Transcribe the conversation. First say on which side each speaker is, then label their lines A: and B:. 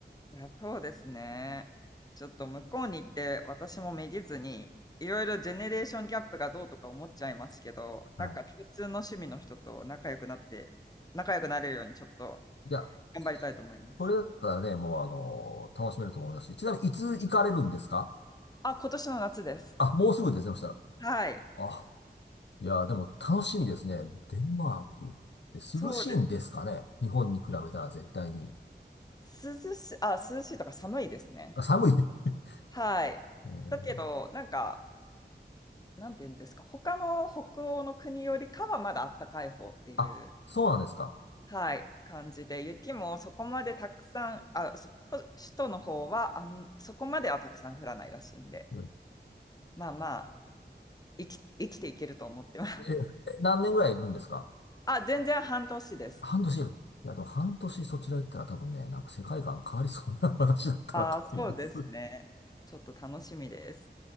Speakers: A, on the left (about 20°); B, on the left (about 75°).
A: いや、そうですね。ちょっと向こうに行って私もめげずに、いろいろジェネレーションギャップがどうとか思っちゃいますけど、なんか共通の趣味の人と仲良くなって、
B: はい。
A: 仲良くなれるようにちょっと
B: いや、
A: 頑張りたいと思います。
B: これだったらね、もうあの、楽しめると思いますし。ちなみに、いつ行かれるんですか
A: あ、今年の夏です。
B: あ、もうすぐですね、そしたら。
A: はい。
B: あ、いや、でも楽しみですね。デンマークって涼しいんですかね日本に比べたら絶対に。
A: そうです涼し、あ、涼しいとか寒いですね。
B: あ、寒い。<laughs>
A: はい。
B: えー
A: だけど、なんか、なんて言うんですか、他の北欧の国よりかはまだあったかい方っていう
B: あ、そうなんですか。
A: はい、感じで、雪もそこまでたくさん、あ、しほ首都の方はあん、そこまではたくさん降らないらしいんで、
B: うん
A: まあまあ、生き、生きていけると思ってます。
B: えー、え何年ぐらいいるんですか
A: <laughs> あ、全然半年です。
B: 半年。いや、でも半年そちら行ったら多分ね、なんか世界観変わりそうな <laughs> 私だったらと思います。
A: あ、そうですね。ちょっと楽しみです。